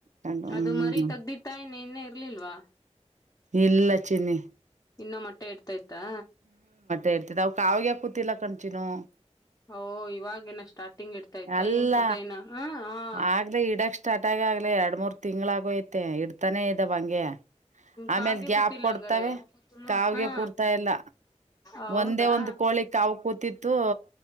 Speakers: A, on the right; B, on the left.
A: ಹ್ಮ್
B: ಅದು ಮರಿ ತಗ್ದಿತಾಯ್ ನಿನ್ನೆ ಇರ್ಲಿಲ್ವಾ
A: ಇಲ್ಲ ಚಿನ್ನಿ
B: ಇನ್ನ ಮೊಟ್ಟೆ ಇಡ್ತೈತಾ
A: ಹೇರ್ತಿದ್ ಅವಕ ಅವಿಗೆ ಕೂತಿಲ್ಲ ಕಣ್ಚಿನು
B: ಓ ಇವಾಗೇನ ಸ್ಟಾರ್ಟಿಂಗ್ ಇಡ್ತಾ ಇತ್ತ
A: ಅಲ್ಲ
B: ಏನ್ ಕತೆ ಏನ ಹ ಹ
A: ಆಗಲೇ ಇಡಕ್ ಸ್ಟಾರ್ಟ್ ಆಗ ಗಾಗ್ಲ ಎರಡ್ ಮೂರ್ ತಿಂಗಳ ಆಗೋಯತೆ ಇಡ್ತಾನೇ ಇದ್ದವ ಹಂಗೆ ಆಮೇಲ್
B: ಕಾವ್ಗೆ
A: ಗ್ಯಾಪ್
B: ಕೂತಿಲ್ಲ
A: ಕೊಡ್ತವೆ
B: ಹಂಗಾರೆ
A: ಕಾವ್ಗೆ
B: ಹಾ
A: ಕೂರ್ತಾ ಎಲ್ಲ
B: ಹೌದಾ
A: ಒಂದೇ ಒಂದ್ ಕೋಳಿ ಕಾವು ಕೂತಿತ್ತು